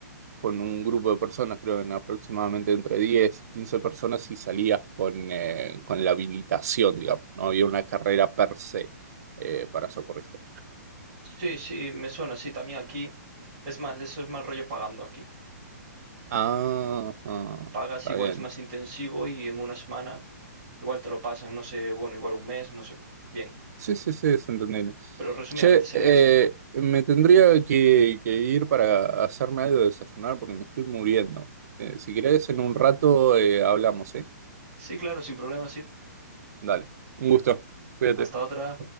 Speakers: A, on the right; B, on the right.
A: con un grupo de personas, creo que en aproximadamente entre 10 15 personas y salías con, eh, con la habilitación, digamos, no había una carrera per se eh, para socorrista.
B: sí, sí, me suena, sí, también aquí. Es más, eso es más rollo pagando aquí.
A: Ah, ah,
B: Pagas
A: está
B: igual
A: bien,
B: es más intensivo y en una semana... Igual te lo pasan, no sé, bueno, igual un mes, no sé. Bien.
A: Sí, sí, sí, es entendible.
B: Pero resumidamente
A: Che,
B: sería
A: eh,
B: eso.
A: me tendría que, que ir para hacerme algo de desayunar porque me estoy muriendo. Eh, si querés, en un rato eh, hablamos, ¿eh?
B: Sí, claro, sin problema, sí.
A: Dale, un gusto. Cuídate.
B: Hasta otra.